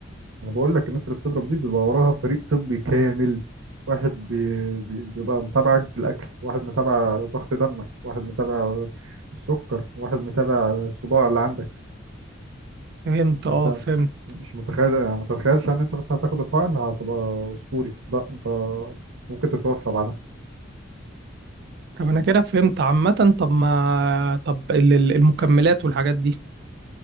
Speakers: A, on the right; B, on the right.
A: انا بقول لك الناس اللي بتضرب دي بيبقى وراها فريق طبي كامل واحد بي- بي- بيبقى متابعك في الاكل واحد متابع ضغط دمك واحد متابع السكر واحد متابع الصداع اللي عندك
B: فهمت اه
A: انت
B: فهمت
A: مش متخيل يعني ما تتخيلش ان انت مثلا هتاخد الحقن هتبقى اسطوري لا انت ممكن تتوفى بعدها
B: طب انا كده فهمت عامه طب ما طب ال- ال- المكملات والحاجات دي